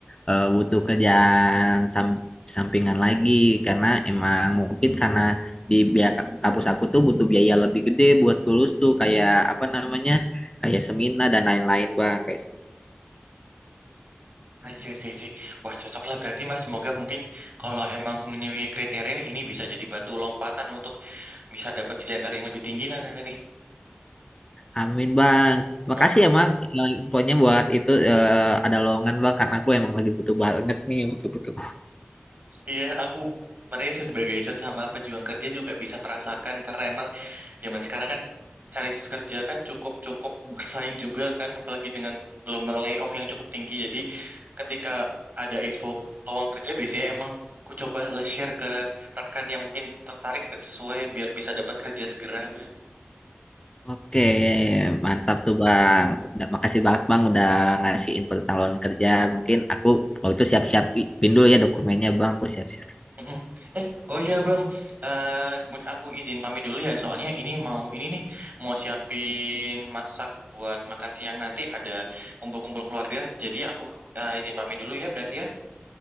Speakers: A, on the left; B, on the right.
A: eh, butuh kerjaan sam- sampingan lagi karena emang mungkin karena di biaya ka- kampus aku tuh butuh biaya lebih gede buat lulus tuh kayak apa namanya kayak seminar dan lain-lain bang kayak
B: I see, I see, Wah, cocok lah berarti Mas. Semoga mungkin kalau emang memenuhi kriteria ini bisa jadi batu lompatan untuk bisa dapat jangkar yang lebih tinggi lah nanti.
A: Amin bang. Makasih
B: <laughs>
A: ya bang eh, infonya buat itu eh, ada lowongan bang karena aku emang lagi butuh banget nih butuh-butuh.
B: Iya, aku merasa sebagai sesama pejuang kerja juga bisa merasakan karena emang zaman sekarang kan cari kerja kan cukup cukup bersaing juga kan apalagi dengan gelombang layoff yang cukup tinggi jadi ketika ada info lowongan kerja biasanya emang ku coba lah share ke rekan yang mungkin tertarik dan sesuai biar bisa dapat kerja segera Bro.
A: Oke mantap tuh bang. Udah, makasih banget bang udah ngasih info tentang lowongan kerja. Mungkin aku kalau itu siap-siap pin dulu ya dokumennya bang. Aku siap-siap.
B: Mm-mm. Eh, oh iya Bang, Eh, kemudian aku izin pamit dulu ya, soalnya ini mau ini nih mau siapin masak buat makan siang nanti ada kumpul-kumpul keluarga, jadi aku eh, izin pamit dulu ya berarti ya.